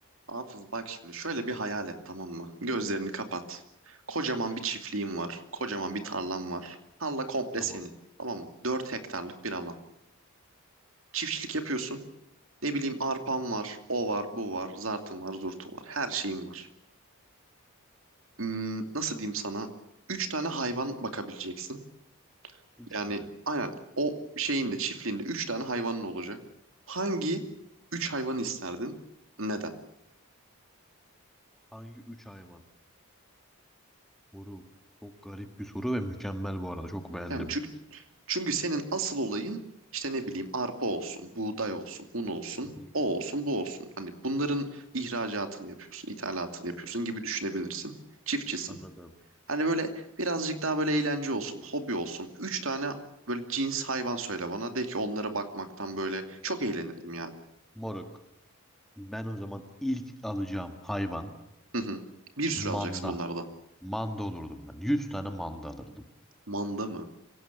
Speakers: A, on the right; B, in the centre.
A: Hafız bak şimdi şöyle bir hayal et tamam mı? Gözlerini kapat. Kocaman bir çiftliğin var. Kocaman bir tarlan var. Tarla komple
B: Tamam.
A: senin. Tamam mı? 4 hektarlık bir alan. Çiftçilik yapıyorsun. Ne bileyim arpan var, o var, bu var, zartın var, zurtun var. Her şeyin var. Hmm, nasıl diyeyim sana? 3 tane hayvan bakabileceksin.
B: Üç
A: Yani
B: tane.
A: aynen o şeyin de çiftliğinde 3 tane hayvanın olacak. Hangi 3 hayvanı isterdin? Neden?
B: Hangi üç hayvan? Moruk. Çok garip bir soru ve mükemmel bu arada. Çok beğendim.
A: Yani çünkü Çünkü senin asıl olayın işte ne bileyim arpa olsun, buğday olsun, un olsun,
B: Hı hı.
A: o olsun, bu olsun. Hani bunların ihracatını yapıyorsun, ithalatını yapıyorsun gibi düşünebilirsin. Çiftçisin.
B: Anladım.
A: Hani böyle birazcık daha böyle eğlence olsun, hobi olsun. Üç tane böyle cins hayvan söyle bana. De ki onlara bakmaktan böyle çok eğlenirdim yani.
B: Moruk. Ben o zaman ilk alacağım hayvan
A: Hı hı. Bir sürü
B: manda.
A: alacaksın bunlardan.
B: Manda olurdum ben. 100 tane manda alırdım.
A: Manda mı?